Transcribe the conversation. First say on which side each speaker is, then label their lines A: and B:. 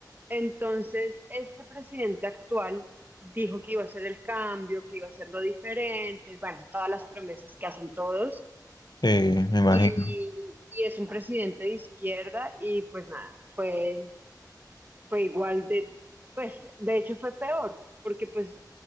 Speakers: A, on the right; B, on the left.
A: Entonces, este presidente actual dijo que iba a hacer el cambio, que iba a hacer lo diferente, bueno, todas las promesas que hacen todos.
B: sí, me imagino.
A: Y, y es un presidente de izquierda y pues nada, fue, fue igual de, pues de hecho fue peor, porque pues